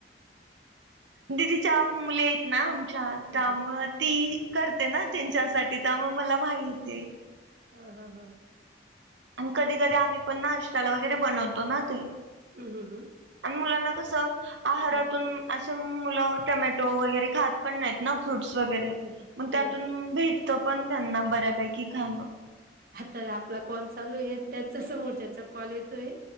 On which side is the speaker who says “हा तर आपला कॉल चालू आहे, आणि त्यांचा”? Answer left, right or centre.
Right